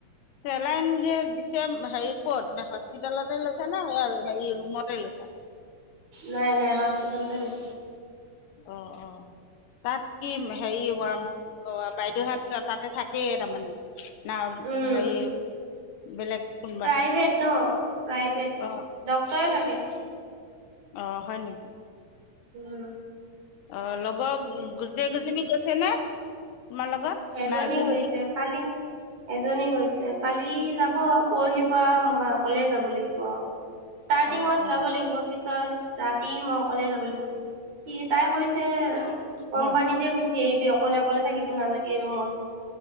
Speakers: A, on the left; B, on the right.
A: চেলাইন যে দিছে হেৰি কত হস্পিতেলতে লৈছে নে আৰু হেৰি ৰুমতে লৈছা?
B: নাই নাই হস্পিটেলতে লৈছোঁ।
A: অঁ অঁ তাত কি হেৰি ওৱান। অঁ বাইদেউহঁত তাতে থাকেই তাৰমানে না
B: উম
A: হেৰি- বেলেগ- কোনোবা
B: প্ৰাইভেট
A: থাকে
B: ন প্ৰাইভেট
A: অ
B: ডক্তৰে থাকে।
A: অঁ হয় নেকি?
B: উমঁ!
A: অঁ লগৰ গোটেই কেইজনী গৈছে নে তোমাৰ লগত।
B: এজনী
A: নাই এজনীহে
B: গৈছে কালি- এজনী গৈছে কালি যাব পৰহি পা মই অকলে যাব লাগিব আও। ষ্টাৰ্টিঙত
A: অ অ
B: যাব লাগিব। পিছত ৰাতি মই অকলে যাব লাগিব সি তাই কৈছে কোম্পানীত-
A: হয়
B: তে গুচি আহিবি অকলে অকলে থাকিব নালাগে ৰুমত।